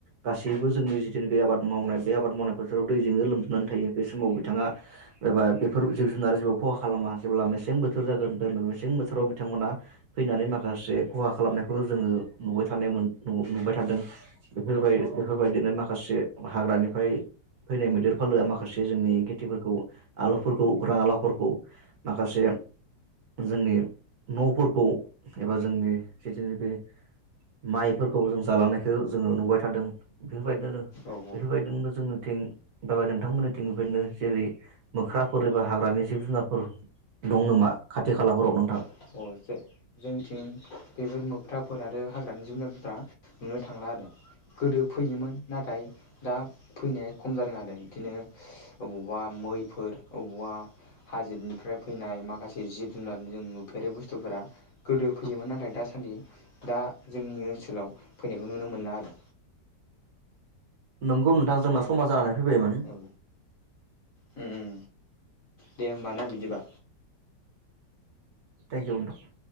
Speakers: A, on the right; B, on the left.
A: गासैबो जोंनि जिथुनाखि आबाद मावनाय बे आबाद मावनाय बोथोराव दैजोंनो लोमजोबनानै थायो बे समाव बिथाङा एबा बेफोर जिब जुनार जेबो खहा खालामा जेब्ला मेसें बोथोर जागोन होन मेसें बोथोराव बिथांमोना फैनानै माखासे खहा खालामनायखौ जोङो नुबाय थानायमोन नुबाय थादों बेफोरबाय बेफोरबायदिनो माखासे हाग्रानिफ्राय फैनाय मैदेर फालोआ माखासे जोंनि खेथिफोरखौ आलुफोरखौ राङालावफोरखौ माखासे जोंनि न'फोरखौ एबा जोंनि जिथिनिखि माइफोरखो औ जों जालांनायखौ जोङो नुबाय थादों बेफोरबायदिनो
B: औ औ
A: बेफोरबायदिनो जोंनिथिं बा नोंथांमोननिथिंनिफ्रायनो जेरै मोख्राफोर एबा हाग्रानि जिब जुनारफोर दं नामा खाथि खालाफोराव नोंथां।
B: अ जो-जोंथिं बेफोर मोख्राफोर आरो हाग्रानि जबुनार दा नुनो थांला आरो गोदो फैयोमोन नाथाय दा फैनाया खम जादों आरो। बिदिनो अबावबा मै फोर बबेबा हाजोबनिफ्राय फैनाय माखासे जिब जुनार जों नु बे बुस्थुफोरा गोदो फैयोमोन नाथाय दासान्दि दा जोंनि ओनसोलाव फैनायखौ नुनो मोनला आरो।
A: नोंगौ नोंथां जोंना समा जानानै फैबायमोन।
B: औ उम उम दे होमबा ना बिदिबा।
A: थेंकइउ नोंथां।